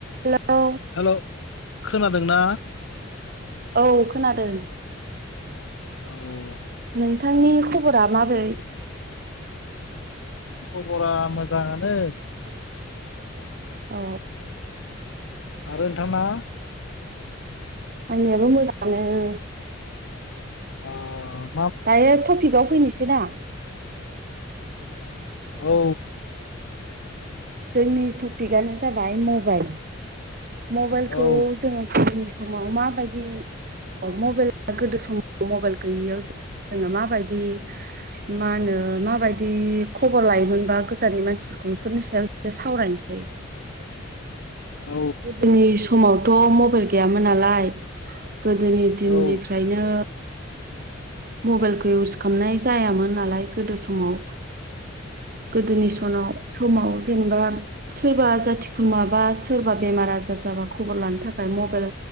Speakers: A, on the right (about 45°); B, on the left (about 75°).
A: Hello
B: hello खोनादोंना
A: औ खोनादों।
B: औ
A: नोंथांनि खबरा माबोरै?
B: खबरा मोजाङानो।
A: औ।
B: आरो नोंथांना?
A: आंनियाबो मोजाङानो।
B: अह।
A: डायरेट टपिकआव फैनोसै ना?
B: औ।
A: जोंनि टपिकआनो जाबाय मबाइल । मबाइलखौ
B: औ
A: जोङो <unintelligible> समाव माबायदि मबाइला गोदो समाव मबाइल गैयैयाव जोङो माबायदि मा होनो माबायदि खबर लायोमोनबा गोजाननि मानसिफोरखौ बेफोरनि सायाव सावरायनोसै।
B: औ
A: गोदोनि समावथ' मबाइल गैयामोन नालाय गोदोनि दिननिफ्रायनो
B: औ
A: मबाइलखौ इउस खालामनाय जायामोन नालाय गोदो समाव गोदोनि सनाव समाव जेनेबा सोरबा जाथि खुरमा बा सोरबा बेमार आजार जाबा खबर लानो थाखाय मबाइल